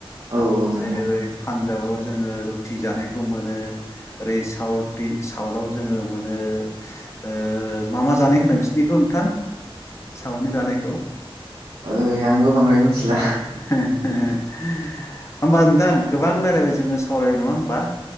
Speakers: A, on the right; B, on the left.
A: औ औ
B: जेरै
A: नंगौ
B: पानजाबाव जोङो रुटि जानायखौ मोनो। ओरै साउथनि साउथाव जोङो मोनो ओ मा मा जानाय होनो बिसिनिखौ नोंथां साउथनि जानायखौ?
A: ओय आंबो बांद्राय मोनथिला।
B: होमबा नोंथां गोबां रायलायबाय जोङो सावरायबाय नङा होमबा?